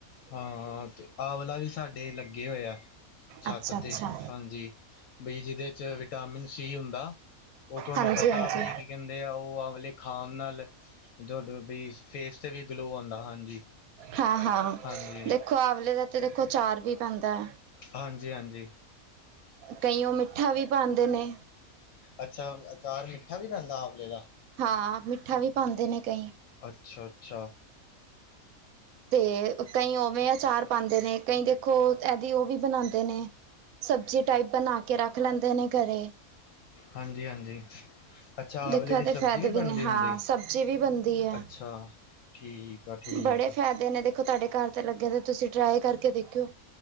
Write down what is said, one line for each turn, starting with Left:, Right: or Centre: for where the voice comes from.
Left: ਹਾਂ ਤੇ ਆ ਵਲਾ ਵੀ ਸਾਡੇ ਲੱਗੇ ਹੋਏਆ ਛੱਤ
Right: ਅੱਛਾ ਅੱਛਾ
Left: ਤੇ ਹਾਂਜੀ ਬੀ ਜਿਹਦੇ 'ਚ ਵਿਟਾਮਿਨ ਸੀ ਹੁੰਦਾ ਉਹ ਤੁਹਾਨੂੰ
Right: ਹਾਂਜੀ
Left: ਪਤਾ
Right: ਹਾਂਜੀ
Left: ਬਾਈ ਕਹਿੰਦੇ ਆ ਉਹ ਆ ਵਾਲੇ ਖਾਣ ਨਾਲ ਤੁਹਾਡੇ ਬੀ ਫੇਸ ਤੇ ਵੀ ਗਲੋ ਆਉਂਦਾ ਹਾਂਜੀ
Right: ਹਾਂ ਹਾਂ
Left: ਹਾਂਜੀ
Right: ਦੇਖੋ ਆਵਲੇ ਦਾ ਤੇ ਦੇਖੋ ਅਚਾਰ ਵੀ ਪੈਂਦਾ
Left: ਹਾਂ ਜੀ ਹਾਂਜੀ
Right: ਕਇਓ ਮਿੱਠਾ ਵੀ ਪਾਉਂਦੇ ਨੇ
Left: ਅੱਛਾ ਅਚਾਰ ਮਿੱਠਾ ਵੀ ਪੈਂਦਾ ਅਵਲੇ ਦਾ
Right: ਹਾਂ ਮਿੱਠਾ ਵੀ ਪਾਉਂਦੇ ਨੇ ਕਈ
Left: ਅੱਛਾ ਅੱਛਾ
Right: ਤੇ ਕਈ ਓਵੇਂ ਅਚਾਰ ਪਾਉਂਦੇ ਨੇ ਕਈ ਦੇਖੋ ਇਹਦੀ ਉਹ ਵੀ ਬਣਾਉਂਦੇ ਨੇ ਸਬਜ਼ੀ ਟਾਈਪ ਬਣਾ ਕੇ ਰੱਖ ਲੈਂਦੇ ਨੇ ਘਰੇ
Left: ਹਾਂਜੀ ਹਾਂਜੀ ਅੱਛਾ,
Right: ਦੇਖੋ
Left: ਆਵਲੇ ਦੀ
Right: ਇਹਦੇ ਫਾਇਦੇ
Left: ਵੀ ਬਣਦੀ
Right: ਨੇ ਹਾਂ
Left: ਹੁੰਦੀ,
Right: ਸਬਜ਼ੀ ਵੀ ਬਣਦੀ ਹੈ
Left: ਅੱਛਾ? ਠੀਕ ਆ ਠੀਕ
Right: ਬੜੇ
Left: ਆ
Right: ਫਾਇਦੇ ਨੇ, ਦੇਖੋ ਤੁਹਾਡੇ ਘਰ ਤੇ ਲੱਗੇ ਦੇ ਤੁਸੀਂ ਟਰਾਈ ਕਰਕੇ ਦੇਖਿਓ।